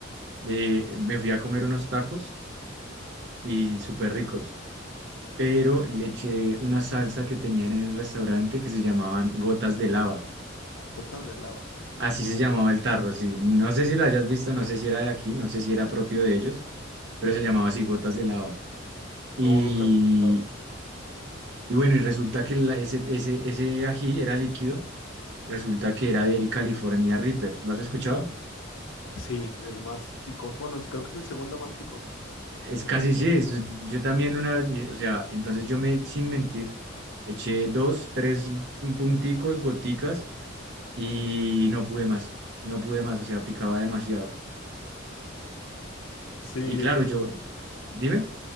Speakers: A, on the right; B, on the left.
A: eh, me fui a comer unos tacos y súper ricos. pero le eché una salsa que tenían en el restaurante que se llamaban gotas de lava.
B: gotas de lava.
A: Así se llamaba el tarro, sí. No sé si lo hayas visto, no sé si era de aquí, no sé si era propio de ellos, pero se llamaba así, gotas de lava. Y,
B: No, nunca había escuchado.
A: y bueno, y resulta que la- ese, ese, ese ají era líquido, resulta que era del California Reaper. ¿Lo has escuchado?
B: Sí, del más picoso. Bueno, creo que es el segundo más picoso
A: Es
B: del
A: casi
B: mundo.
A: sí, es- yo también una vez, y- o sea, entonces yo me, sin mentir, eché dos, tres punticos, goticas y no pude más, no pude más, o sea, picaba demasiado.
B: Sí,
A: Y claro,
B: sí.
A: yo, dime,